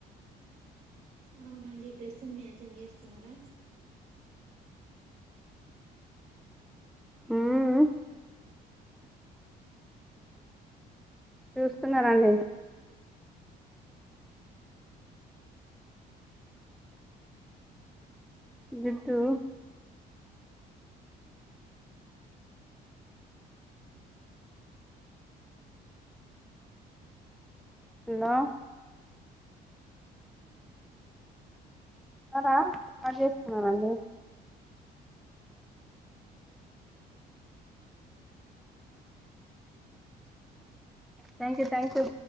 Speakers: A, on the right; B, in the centre.
A: అవునండి డ్రెస్సింగ్ మ్యాచింగ్ జేస్కున్నారా.
B: ఉమ్ ఉమ్. చూస్తున్నారండి. జుట్టు. హలో. న్నారా అ చేసుకున్నానండి. Thank you thank you.